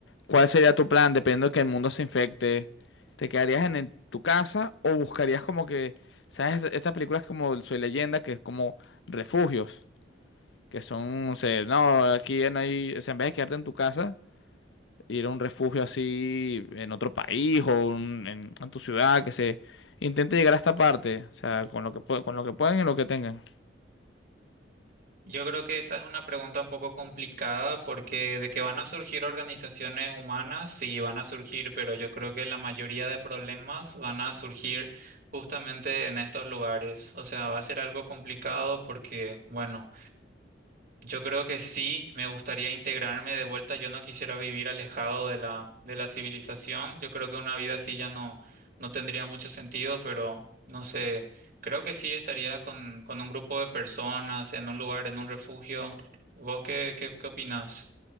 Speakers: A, on the left; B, on the right.
A: ¿Cuál sería tu plan dependiendo de que el mundo se infecte? ¿Te quedarías en el- tu casa o buscarías como que, sabes, estas películas como Soy Leyenda, que es como refugios, que son, o sea, no, aquí ya no hay, o sea, en vez de quedarte en tu casa, ir a un refugio así en otro país o un- en, en tu ciudad, que se intente llegar a esta parte, o sea, con lo que, pue- con lo que pueden y lo que tengan.
B: Yo creo que esa es una pregunta un poco complicada porque de que van a surgir organizaciones humanas, sí van a surgir, pero yo creo que la mayoría de problemas van a surgir justamente en estos lugares. O sea, va a ser algo complicado porque, bueno. Yo creo que sí, me gustaría integrarme de vuelta. Yo no quisiera vivir alejado de la, de la civilización. Yo creo que una vida así ya no, no tendría mucho sentido, pero no sé, creo que sí estaría con, con un grupo de personas, en un lugar, en un refugio. ¿Vos qué, qué, qué opinás?